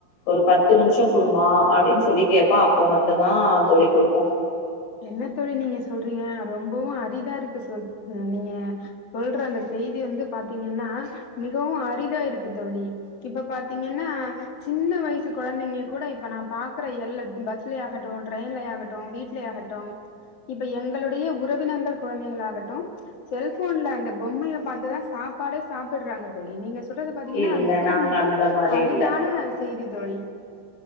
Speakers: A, on the left (about 85°); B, on the left (about 55°).
A: ஒரு பத்து நிம்ஷோ குடுமா அப்படின்னு சொல்லி கேப்ப அப்ப மட்டுதா தோழி கொடுப்போ
B: என்ன தோழி நீங்க சொல்றீங்க ரொம்பவு அரிதா இருக்கு சொ நீங்க சொல்ற அந்த செய்தி வந்து பாத்தீங்கன்னா மிகவு அரிதா இருக்கு தோழி இப்ப பாத்தீங்கன்னா சின்ன வயசு குழந்தைங்களுக் கூட இப்ப நா பாக்கற எல்ல பஸ்லைய ஆகட்டு ட்ரெயின்லைய ஆகட்டு வீ்ட்லேயகட் டு இப்ப எங்களுடைய உறவினர்கள் குழந்தைகள் ஆகட்டு செல்ஃபோன்ல அந்த பொம்மைய பாத்துதா சாப்பாடே சாப்படுறாங்க தோழி நீங்க சொல்றது பாத்தீங்கன்னா
A: இல்ல
B: மிகவும்
A: நாங்க
B: மிகவும்
A: அந்த மாரி
B: அரிதான
A: இல்ல
B: செய்தி தோழி